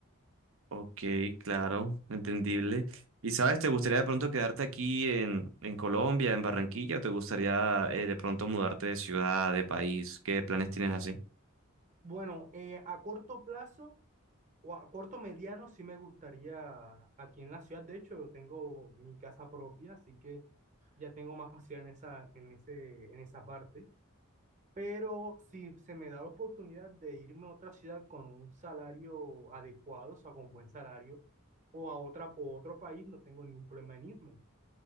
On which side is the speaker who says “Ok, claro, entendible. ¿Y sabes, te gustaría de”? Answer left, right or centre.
Right